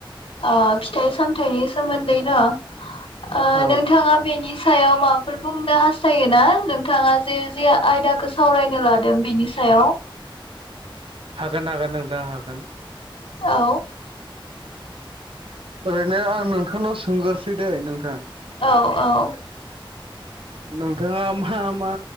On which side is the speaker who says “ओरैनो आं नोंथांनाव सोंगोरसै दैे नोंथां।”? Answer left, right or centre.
Right